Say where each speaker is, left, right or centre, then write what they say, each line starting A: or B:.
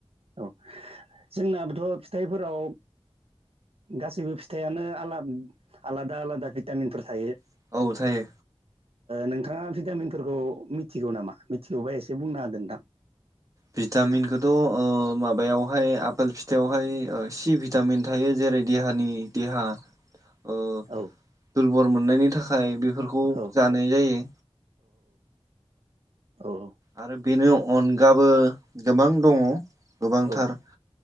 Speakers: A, on the right; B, on the right.
A: औ जोंनाबोथ' फिथाइफोराव गासैबो फिथाइयानो आ आलादा आलादा भिटामिनफोर थायो।
B: औ थायो
A: नोंथाङा भिटामिनफोरखौ मिथिगौ नामा मिथिगौबा एसे बुंना होादोंदां
B: भिटामिनखौथ' माबायावहाय आपेल फिथाइावहाय सि भिटामिन थायो जेर जेरै देहानि देहा दुरबल
A: औ
B: मोननायनि थाखाय बे बेफोरखौ
A: औ
B: जानाय जायो।
A: औ औ
B: आरो बेनि अनगाबो गोबां दङ गोबांथार
A: औ